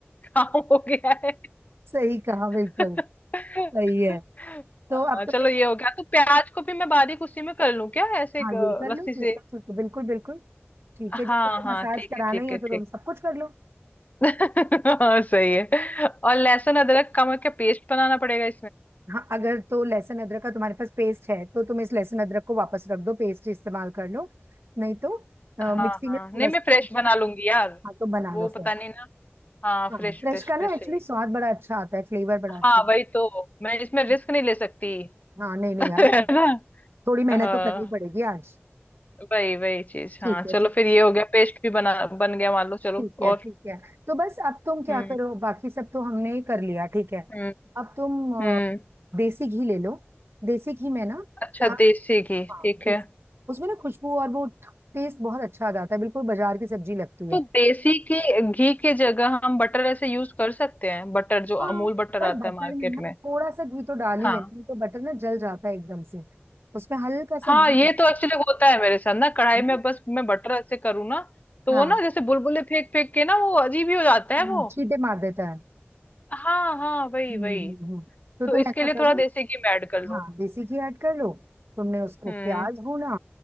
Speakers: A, on the left (about 35°); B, on the right (about 65°).
A: काम हो गया है
B: सही कहा
A: <laughs>
B: बिल्कुल सही है तो
A: हाँ,
B: अब
A: चलो
B: तुमने क्या
A: ये हो गया तो प्याज को भी मैं बारीक उसी में कर लूं क्या ऐसे
B: हाँ
A: एक,
B: ये
A: अ,
B: कर लो
A: रस्सी
B: ठीक
A: से
B: है ठीक है बिल्कुल बिल्कुल ठीक है जब
A: हाँ
B: तुम्हें
A: हाँ
B: मसाज
A: ठीक
B: कराना
A: है ठीक
B: ही है
A: है
B: तो
A: ठीक
B: तुम सब कुछ कर लो
A: <laughs> हाँ सही है और लहसुन अदरक का मैं क्या पेस्ट बनाना पड़ेगा
B: हाँ अगर तो लहसुन अदरक का तुम्हारे पास पेस्ट है तो तुम इस लहसुन अदरक को वापस रख दो पेस्ट इस्तेमाल कर लो नहीं तो अ,
A: हाँ
B: मिक्सी
A: हाँ
B: में थोड़ा
A: नहीं
B: सा
A: मैं फ्रेश बना लूंगी यार
B: हाँ तो बना
A: वो
B: लो फिर
A: पता नहीं ना हाँ
B: हाँ
A: फ्रेश
B: फ्रेश
A: फ्रेश
B: का ना
A: फ्रेश
B: एक्चुअली
A: चाहिए
B: स्वाद बड़ा अच्छा आता है फ्लेवर बड़ा अच्छा
A: हाँ
B: आता
A: वही तो मैं इसमें रिस्क
B: है
A: नहीं ले सकती
B: हाँ नहीं नहीं
A: <laughs>
B: यार
A: है ना
B: थोड़ी मेहनत
A: हाँ
B: तो करनी पड़ेगी आज
A: वही वही चीज
B: ठीक
A: हाँ चलो
B: है ठीक
A: फिर ये हो गया पेस्ट भी बना बन गया मान लो चलो
B: ठीक
A: और
B: है ठीक है तो बस अब तुम क्या
A: हम्म
B: करो बाकी सब तो हमने ही कर लिया ठीक है
A: हम्म
B: अब तुम अ,
A: हम्म
B: देसी घी ले लो देसी घी में ना
A: अच्छा
B: क्या
A: देसी घी
B: हाँ
A: ठीक
B: उस-
A: है
B: उसमें ना खुशबू और वो टेस्ट बहुत अच्छा आ जाता है बिल्कुल बाजार की सब्जी लगती
A: तो
B: है
A: देसी के घी के जगह हम बटर ऐसे यूज कर सकते हैं बटर जो
B: हाँ
A: अमूल बटर
B: पर
A: आता
B: बटर
A: है मार्केट
B: में ना
A: में
B: थोड़ा सा घी तो डाल ही
A: हाँ
B: लेती हूँ तो बटर ना जल जाता है एकदम से उसमें हल्का सा
A: हाँ
B: घी
A: ये
B: डाल
A: तो एक्चुअली होता है मेरे साथ ना कढ़ाई
B: देती
A: में
B: हूँ।
A: बस मैं बटर ऐसे करूँ ना तो
B: हाँ
A: वो ना जैसे बुलबुले फेंक फेंक के ना वो अजीब ही हो जाता है
B: हाँ
A: वो
B: छींटे मार देता है
A: हाँ हाँ वही
B: हम्म
A: वही
B: हम्म, हम्म। तो
A: तो
B: तुम
A: इसके
B: ऐसा
A: लिए
B: करो
A: थोड़ा देसी घी मैं ऐड कर लूँ
B: हाँ देसी घी ऐड कर लो तुमने उसको
A: हम्म
B: प्याज भूना